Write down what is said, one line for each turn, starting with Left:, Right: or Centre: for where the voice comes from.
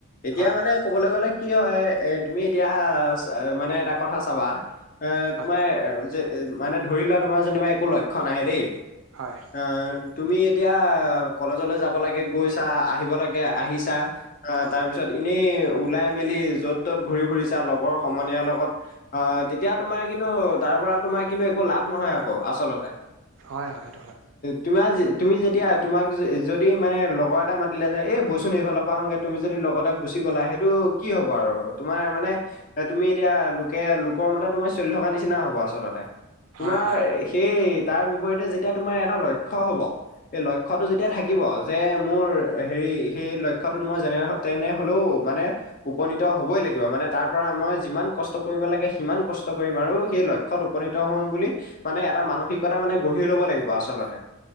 Left: এতিয়া
Right: হয়
Left: মানে
Right: হয়
Left: কবলৈ গ'লে কি হয় এ তুমি এতিয়া মানে এটা কথা চাবা এ
Right: হয়
Left: তোমাৰ যে এ মানে ধৰি লোৱা তোমাৰ যেনিবা একো লক্ষ্য নাই দেই
Right: হয়
Left: অ, তুমি এতিয়া কলেজলৈ যাব লাগে গৈছা আহিব লাগে আহিছা। অ,
Right: হয়
Left: তাৰ পিছত এনেই ওলাই মেলি য'ত ত'ত ঘুৰি ফুৰিছা লগৰ সমনীয়াৰ লগত, আহ তেতিয়া তোমাৰ কিন্তু তাৰ তাৰ পৰা তোমাৰ কিন্তু একো লাভ নহয় আক আচলতে। এ
Right: হয় হয় সেইটো হয়।
Left: তোমাৰ তুমি যেতিয়া তোমাক যদি মানে লগৰ এটা মাতিলে যে এই বৈচোন সেইফালৰ পৰা আহোঙগে তুমি যদি লগৰ এটা গুচি গ'লা সেইটো কি কি হ'ব আৰু তোমাৰ মানে এ তুমি এতিয়া লোকে লোকৰ মতে তোমাৰ চলি থকা নিচিনা হব আচলতে তোমাৰ
Right: হয় হয়
Left: সেই তাৰ বিপৰীতে যেতিয়া তোমাৰ এটা লক্ষ্য হব সেই লক্ষ্ লক্ষ্যটো যেতিয়া থাকিব যে মোৰ হেৰি সেই লক্ষ্যটোত মই যেনে তেনে হ'লেও মানে উপনীত হবই লাগিব মানে তাৰ পৰা মই যিমান কষ্ট কৰিব লাগে সিমান কষ্ট কৰিম আৰু সেই লক্ষ্যত উপনীত হম বুলি মানে এটা মানসিকতা মানে গঢ়ি লব লাগিব আচলতে